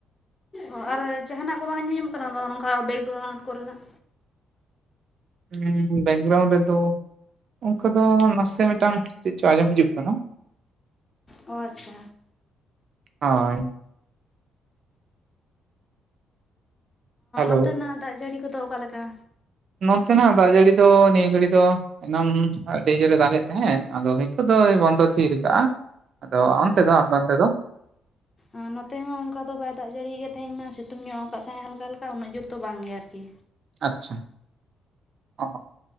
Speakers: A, on the left; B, on the right.
A: ᱚ ᱟᱨ ᱡᱟᱦᱟᱱᱟᱜ ᱠᱚ ᱵᱟᱝ ᱟᱧᱡᱩᱢᱚᱜ ᱠᱟᱱᱟ ᱚᱱᱠᱟ ᱵᱮᱜᱮᱨᱟᱩᱸᱰ ᱠᱚᱨᱮᱱᱟᱜ᱾
B: ᱦᱮᱸ ᱵᱮᱠᱜᱨᱟᱣᱩᱱᱰ ᱨᱮ ᱛᱚ, ᱚᱱᱠᱟ ᱫᱚ ᱱᱟᱥᱮ ᱢᱤᱫᱴᱟᱝ ᱪᱮᱫ ᱪᱚ ᱟᱸᱡᱚᱢ ᱦᱤᱡᱩᱜ ᱠᱟᱱᱟ᱾
A: ᱚ ᱟᱪᱪᱷᱟ᱾
B: ᱦᱳᱭ᱾ ᱦᱮᱞᱳ
A: ᱚᱱᱛᱮᱱᱟᱜ ᱫᱟᱜ ᱡᱟᱹᱲᱤ ᱠᱚᱫᱚ ᱚᱠᱟᱞᱮᱠᱟ᱾
B: ᱱᱚᱛᱮᱱᱟᱜ ᱫᱟᱜ ᱡᱟᱹᱲᱤ ᱫᱚ ᱱᱤᱭᱟᱹ ᱜᱷᱟᱹᱲᱤ ᱫᱚ᱾ ᱮᱱᱟᱝ ᱟᱹᱰᱤ ᱡᱳᱨᱮ ᱫᱟᱜᱮᱫᱽ ᱛᱟᱦᱮᱸᱜ ᱟᱫᱚ ᱱᱤᱛᱚᱜ ᱫᱚᱭ ᱵᱚᱱᱫᱚ ᱛᱷᱤᱨ ᱟᱠᱟᱜᱼᱟ᱾ ᱟᱫᱚ ᱚᱱᱛᱮ ᱫᱚ ᱟᱯᱮ ᱚᱱᱛᱮᱫᱚ᱾
A: ᱮᱸ ᱱᱚᱛᱮ ᱦᱚᱸ ᱚᱱᱠᱟ ᱫᱚ ᱵᱟᱭ ᱫᱟᱜ ᱡᱟᱹᱲᱤᱭᱮ-ᱟ, ᱛᱮᱦᱮᱧ ᱢᱟ ᱥᱤᱛᱩᱝ ᱧᱚᱜ ᱟᱠᱟᱫᱽ ᱛᱟᱦᱮᱸᱜ ᱦᱟᱞᱠᱟ-ᱦᱟᱞᱠᱟ ᱩᱱᱟᱹᱜ ᱡᱩᱨ ᱫᱚ ᱵᱟᱝ ᱜᱮ ᱟᱨ ᱠᱤ᱾
B: ᱟᱪᱪᱷᱟ ᱚᱦᱚ᱾